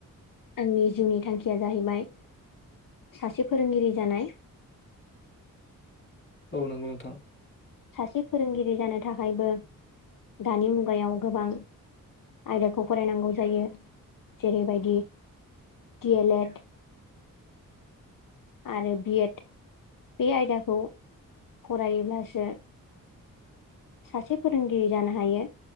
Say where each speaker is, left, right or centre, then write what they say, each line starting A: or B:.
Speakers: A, on the left (about 65°); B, on the left (about 35°).
A: आंनि जिउनि थांखिया जाहैबाय सासे फोरोंगिरि जानाय
B: औ नंगौ नोंथां
A: सासे फोरोंगिरि जानो थाखायबो दानि मुगायाव गोबां आयदाखौ फरायनांगौ जायो जेरैबायदि डि ए लेड आरो बिएड बे आयदाखौ फरायोब्लासो सासे फोरोंगिरि जानो हायो